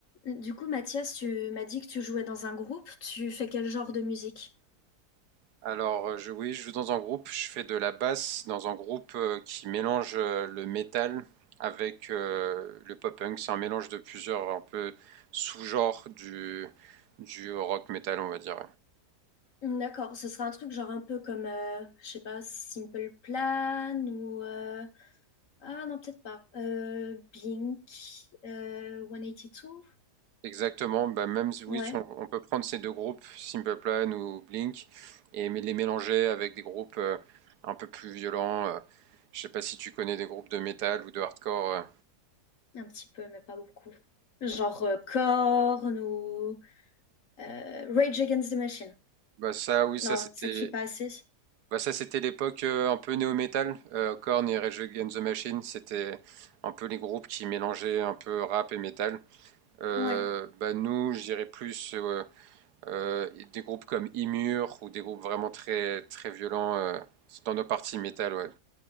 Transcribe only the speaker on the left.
Du coup, Mathias, tu m'as dit que tu jouais dans un groupe. Tu fais quel genre de musique?
D'accord, ce sera un truc genre un peu comme, euh, je sais pas, Simple Plan ou... euh, Ah non, peut-être pas. Euh, Blink, euh, 182?
Ouais,
un petit peu, mais pas beaucoup. Genre euh, Korn ou euh, Rage Against the Machine.
Non,
ça crie pas assez.
Ouais,